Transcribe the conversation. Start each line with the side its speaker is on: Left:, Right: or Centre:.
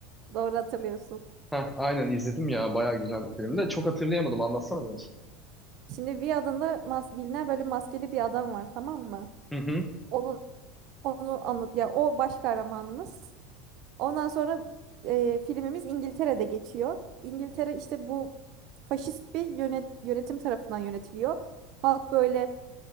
Right: Doğru hatırlıyorsun.
Centre: Heh, aynen izledim ya. Bayağı güzel bir film de. Çok hatırlayamadım. Anlatsana biraz.
Right: Şimdi V adında mas bilinen böyle maskeli bir adam var tamam mı?
Centre: Hı hı.
Right: Onun onu anlat ya o baş kahramanımız. Ondan sonra e, filmimiz İngiltere'de geçiyor. İngiltere işte bu faşist bir yönet yönetim tarafından yönetiliyor. Halk böyle